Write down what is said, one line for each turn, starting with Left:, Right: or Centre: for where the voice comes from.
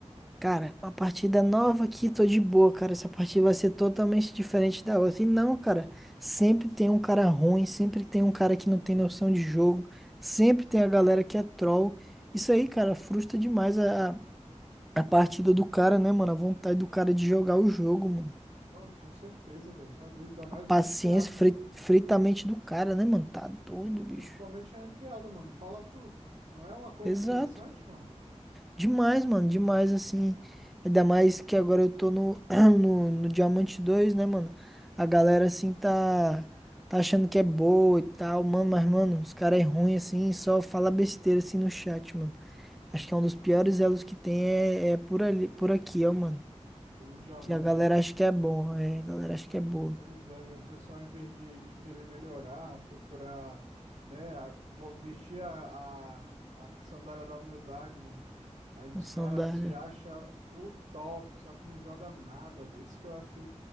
Centre: Cara, uma partida nova aqui, tô de boa, cara. Essa partida vai ser totalmente diferente da outra. E não, cara, sempre tem um cara ruim, sempre tem um cara que não tem noção de jogo, sempre tem a galera que é troll. Isso aí, cara, frustra demais a, a a partida do cara, né, mano? A vontade do cara de jogar o jogo, mano.
Right: Mano, com certeza, velho. Tá doido, ainda mais
Centre: A paciência,
Right: ranqueada.
Centre: fri- frita a mente do cara, né, mano? Tá doido, bicho.
Right: Principalmente ranqueada, mano. Fala tu. Não é uma coisa
Centre: Exato.
Right: estressante, mano?
Centre: Demais, mano, demais, assim. Ainda mais que agora eu tô no, <clears throat> no, no Diamante dois né, mano? A galera,
Right: Uhum.
Centre: assim, tá, tá achando que é boa e tal, mano, mas, mano, os caras é ruim, assim, só fala besteira, assim, no chat, mano. Acho que é um dos piores elos que tem é, é por ali, por aqui, ó, mano.
Right: Pelo diamante,
Centre: Que a galera
Right: né?
Centre: acha que é bom, é, a galera acha que é boa.
Right: Pois é, velho, o pessoal, em vez de, de querer melhorar, procurar, né, a- bo- vestir a, a, a sandália da humildade, mano. Mas os
Centre: A sandália.
Right: caras se acham o top, só que não joga nada, velho. Isso que eu acho